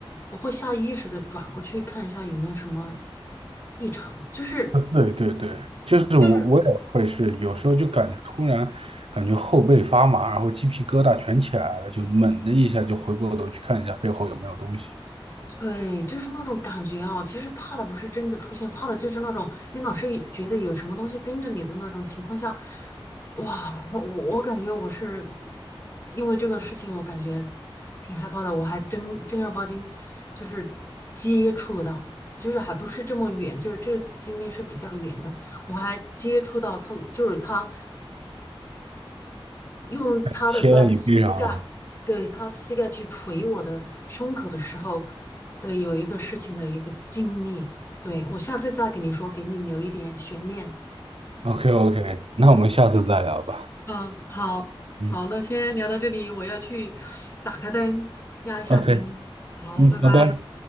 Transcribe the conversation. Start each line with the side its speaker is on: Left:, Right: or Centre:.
Left: 我会下意识的转过去看一下有没有什么异常，就是
Right: 呃对对对，就是我我也会是，
Left: 就是。
Right: 有时候就感觉突然感觉后背发麻，然后鸡皮疙瘩全起来了，就猛的一下就回过头去看一下背后有没有东西。
Left: 对，就是那种感觉啊。其实怕的不是真的出现，怕的就是那种你老是觉得有什么东西跟着你的那种情况下，哇，我我感觉我是因为这个事情，我感觉挺害怕的。我还真正儿八经就是接触到，就是还不是这么远，就是这次经历是比较远的，我还接触到他，就是他。用他的那个膝盖，
Right: 先让你背上了。
Left: 对，他膝盖去捶我的胸口的时候的有一个事情的一个经历，对，我下次再跟你说，给你留一点悬念。
Right: OK OK，那我们下次再聊吧。
Left: 嗯，好，
Right: 嗯
Left: 好，那先聊到这里，我要去 <sniffs> 打开灯，压一下惊，
Right: ，OK，
Left: 好，
Right: 嗯，
Left: 拜拜。
Right: 拜拜。